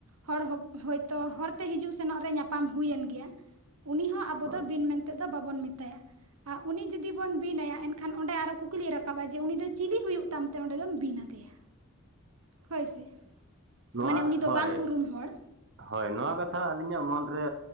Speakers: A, on the right; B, on the right.
A: ᱦᱚᱲ ᱦᱚᱯ ᱦᱚᱭᱛᱳ ᱦᱚᱨᱛᱮ ᱦᱤᱡᱩᱜ ᱥᱮᱱᱚᱜ ᱨᱮ ᱧᱟᱯᱟᱢ ᱦᱩᱭᱮᱱ ᱜᱮᱭᱟ ᱩᱱᱤ ᱦᱚᱸ ᱟᱵᱚ
B: ᱦᱳᱭ
A: ᱫᱚ ᱵᱤᱱ ᱢᱮᱱᱛᱮᱫ ᱫᱚ ᱵᱟᱵᱚᱱ ᱢᱮᱛᱟᱭᱟ ᱟ ᱩᱱᱤ ᱡᱩᱫᱤ ᱵᱚᱱ ᱵᱤᱱ ᱟᱭᱟ ᱮᱱᱠᱷᱟᱱ ᱚᱸᱰᱮ ᱟᱨᱚ ᱠᱩᱠᱞᱤᱭ ᱨᱟᱠᱟᱵᱟ-ᱟ ᱡᱮ ᱩᱱᱤ ᱫᱚ ᱪᱤᱞᱤ ᱦᱩᱭᱩᱜ ᱛᱟᱢ ᱛᱮ ᱚᱸᱰᱮ ᱫᱚᱢ ᱵᱤ ᱟᱫᱮᱭᱟ᱾ ᱦᱳᱭ ᱥᱮ
B: ᱱᱚᱣᱟ
A: ᱢᱟᱱᱮ ᱩᱱᱤ ᱫᱚ
B: ᱦᱳᱭ
A: ᱵᱟᱝ ᱩᱨᱩᱢ ᱦᱚᱲ
B: ᱦᱳᱭ ᱱᱚᱣᱟ ᱠᱟᱛᱷᱟ ᱟᱹᱞᱤᱧᱟᱜ ᱢᱚᱱᱨᱮ